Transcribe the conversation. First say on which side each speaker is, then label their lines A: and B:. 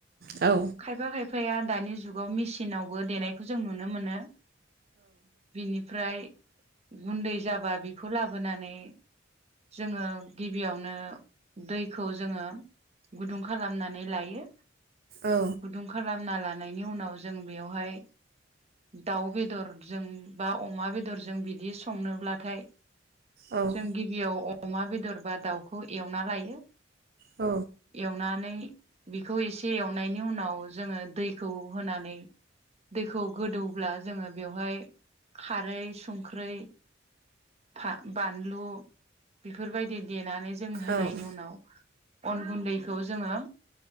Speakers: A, on the right; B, on the right.
A: औ
B: खायफा खायफा या दानि जुगाव मेसिनावबो देनायखौ जों नुनो मोनो। बिनिफ्राय गुन्दै जाबा बि खौ लाबोनानै जोङो गिबियावनो दैखौ जोङो गुदुं खालामनानै लायो।
A: औ
B: गुदुं खालामना ला नायनि उनाव जों बेवहाय दाउ बेदरजों बा अमा बेदरजों बिदि संनोब्लाथाय
A: औ
B: जों गिबियाव अमा बेदर बा दाउखौ एवना लायो।
A: औ
B: एवनानै बेखौ एसे एव नायनि उनाव जोङो दैखौ होनानै दैखौ गोदौब्ला जोङो बेवहाय खारै संख्रै फा बानलु बेफोरबायदि देनानै जों होनायनि
A: औ
B: उनाव अन गुन्दैखौ जोङो